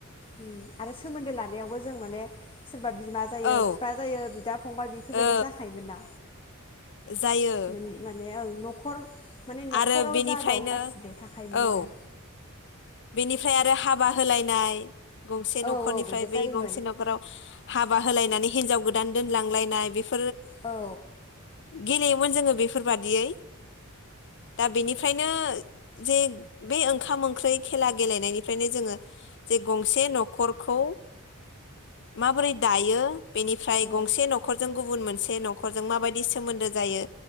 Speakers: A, on the left; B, on the left.
A: औ। आरो सोमोन्दो लानायावबो जों माने सोरबा बिमा जायो
B: औ
A: बिफा जायो बिदा फंबाय बेफोरबायदि
B: औ
A: जाखायोमोन ना
B: जायो
A: मोन-माने ओं। न'खर माने न'खराव
B: आरो बेनिफ्रायनो
A: जा दं गासिबो थाखायोमोन
B: औ
A: आरो।
B: बेनिफ्राय आरो हाबा होलायनाय गंसे
A: औ
B: न'खरनिफ्राय
A: औ बेबो
B: बै
A: जायोमोन
B: गंसे न'खराव हाब हाबा होलायनानै हिनजाव गोदान दोनलांलायनाय बेफोर
A: औ
B: गेलेयोमोन जोङो बेफोरबादियै। दा बेनिफ्रायनो जे बे ओंखाम ओंख्रै खेला गेलेनायनिफ्रायनो जोङो जे गंसे न'खरखौ माबोरै दायो बेनिफ्राय
A: औ
B: गंसे न'खरजों गुबुन मोनसे बे न'खरजों माबायदि सोमोन्दो जायो